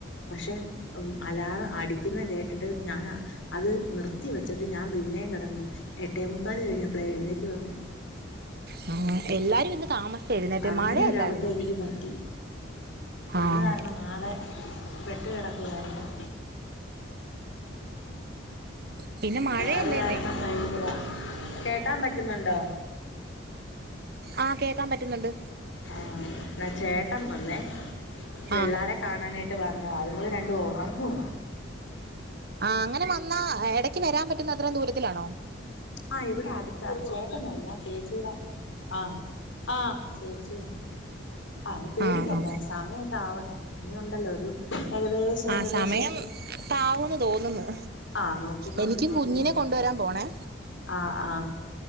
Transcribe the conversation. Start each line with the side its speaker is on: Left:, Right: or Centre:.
Left: പക്ഷെ അലാറം അടിക്കുന്ന കേട്ടിട്ട് ഞാൻ അത് നിർത്തി വെച്ചിട്ട് ഞാൻ പിന്നെയും കിടന്ന് എട്ടേമുക്കാല് കഴിഞ്ഞപ്പള എഴുന്നേറ്റ വന്ന്
Right: ആ എല്ലാരും ഇന്ന് താമസിച്ച എഴുന്നേറ്റ്
Left: അങ്ങനെൊരു
Right: മഴയല്ലായിരുന്നോ
Left: അബദ്ധം എനിക്ക് പറ്റി അങ്
Right: ആഹ്
Left: കാരണം ആകെ വെട്ടുകിടക്കുവായിരുന്നു
Right: പിന്നെ മഴയല്ലേന്നെ
Left: അത് കാരണം ഭയങ്കര കേക്കാൻ പറ്റുന്നുണ്ടോ
Right: ആ കേ ക്കാൻ പറ്റുന്നുണ്ട്
Left: ആഹ് എന്നാ ചേട്ടം വന്നേ പിള്ളോരെ
Right: ആ
Left: കാണാനായിട്ട് വന്നു അവര് രണ്ടും ഉറങ്ങുക
Right: ആ അങ്ങനെ വന്നാ ഇടക്ക് വരാൻ പറ്റ ന്ന അത്രയും ദൂരത്തിലാണോ
Left: ആ ഇവിടെ അടുത്താ ചേട്ട നല്ല ചേച്ചിയുടെ ആ ആ ചേച്ചി ആത് പേടിക്കണ്ട
Right: ആ ആ
Left: സമയൊക്ക ആവട്ടെ ഇനി ഉണ്ടല്ലോ ഒരു ഏകദേശം
Right: ആ
Left: ഏകദേശം
Right: സമയം താവൂന്ന് തോന്നുന്നു
Left: ആ നോക്കി നോക്കി
Right: എനിക്കും
Left: നോക്കി
Right: കുഞ്ഞിനെ
Left: ഇരുന്നത്രേ
Right: കൊണ്ടുവരാൻ പോണേ
Left: ആ ആ